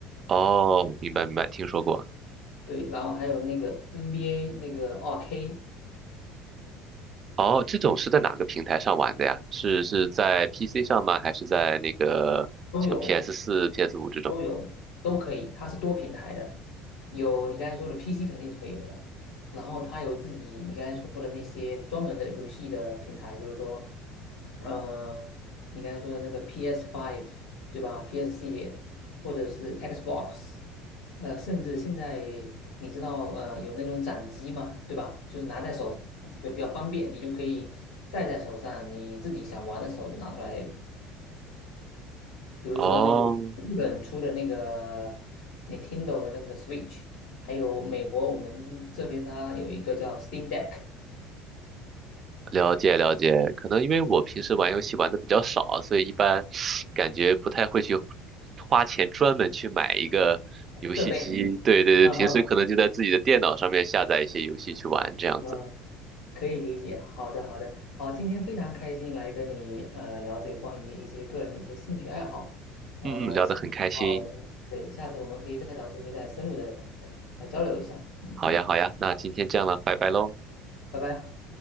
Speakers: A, on the right; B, on the left.
A: 哦，明白明白，听说过。
B: 对，然后还有那个 NBA 那个二 k
A: 哦，这种是在哪个平台上玩的呀？是是在 PC 上吗？还是在那个像
B: 都有。
A: PS4、PS5 这种？
B: 都有，都可以，它是多平台的，有你刚才说的 PC 肯定是会有的，然后它有自己你刚才说的那些专门的游戏的平台，比如说呃，你刚才说的那个 PS Five 对吧？PS 系列或者是 Xbox，呃，甚至现在你知道呃有那种掌机嘛，对吧？就是拿在手上就比较方便，你就可以戴在手上，你自己想玩的时候就拿出来比如说那个日本出的那个
A: 哦，
B: Nintendo 的那个 Switch，还有美国我们这边它有一个叫 Steam Deck
A: 了解了解。可能因为我平时玩游戏玩的比较少，所以一般感觉不太会去花钱专门去买一个游戏机。
B: 设备，
A: 对对对，
B: 嗯哼，
A: 平时可能就在自己的电脑上面下载一些游戏去玩这样子。
B: 嗯，可以理解。好的，好的，好，今天非常开心来跟你呃了解关于一些个人的一些兴趣爱好，呃，
A: 嗯嗯，聊得很开心。
B: 下次的话我们对下次我们可以再找机会再深入的来交流一下，嗯，
A: 好呀好呀，那今天这样了，拜拜喽。
B: 拜拜。